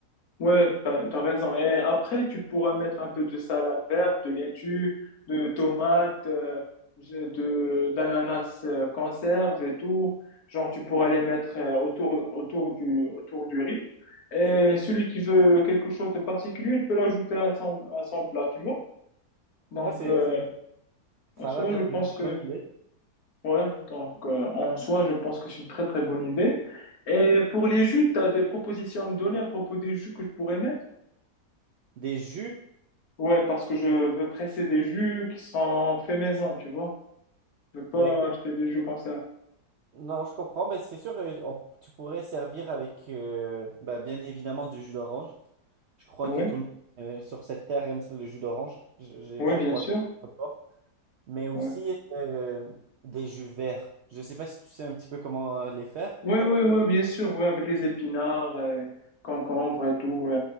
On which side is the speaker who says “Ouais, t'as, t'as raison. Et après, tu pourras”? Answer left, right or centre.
Left